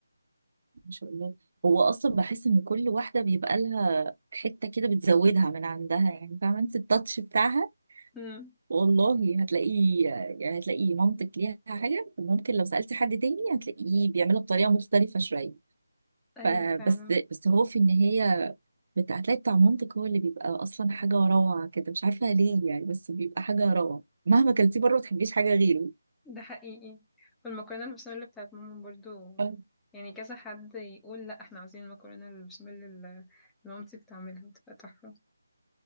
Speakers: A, on the right; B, in the centre.
A: ما شاء الله هو اصلا بحس ان كل واحده بيبقى لها حته كده بتزودها من عندها يعني فاهمه انت التاتش بتاعها
B: امم
A: والله هتلاقيه يعني هتلاقي مامتك ليها حاجه وممكن لو سالتي حد تاني هتلاقيه بيعملها بطريقه مختلفه شويه
B: ايوه
A: فبس
B: فعلا
A: بس هو في النهايه بت- هتلاقي بتاع مامتك هو اللي بيبقى اصلا حاجه روعه كده مش عارفه ليه يعني بس بيبقى حاجه روعه مهما كلتيه بره ما تحبيش حاجه غيره
B: ده حقيقي والمكرونة البشاميل بتاعت ماما برضو
A: آه،
B: يعني كذا حد يقول لا احنا عايزين المكرونة البشاميل اللي مامتي بتعملها بتبقى تحفة